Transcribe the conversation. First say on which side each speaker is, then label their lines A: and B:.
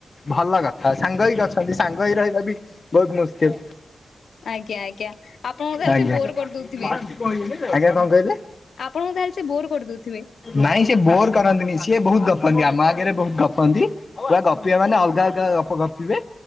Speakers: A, on the left; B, on the left.
A: ଭଲ କଥା। ସାଙ୍ଗ ହେଇକି ଅଛନ୍ତି ସାଙ୍ଗ ହୋଇ ରହିବା ବି ବହୁତ ମୁଶକିଲ।
B: ଆଜ୍ଞା ଆଜ୍ଞା ଆପଣଙ୍କ ଖାଲି
A: ଆଜ୍ଞା
B: ସେ ବୋର କରିଦଉଥିବେ।
A: ଆଜ୍ଞା କଣ କହିଲେ?
B: ଆପଣଙ୍କୁ ତାହେଲେ ସେ ବୋର କରିଦଉଥିବେ।
A: ନାଇଁ ସେ ବୋର କରନ୍ତିନି। ସିଏ ବହୁତ ଗପନ୍ତି। ଆମ ଆଗରେ ବହୁତ ଗପନ୍ତି। ପୁରା ଗପିବେ ମାନେ ଅଲଗା ଅଲଗା ଗପ ଗ-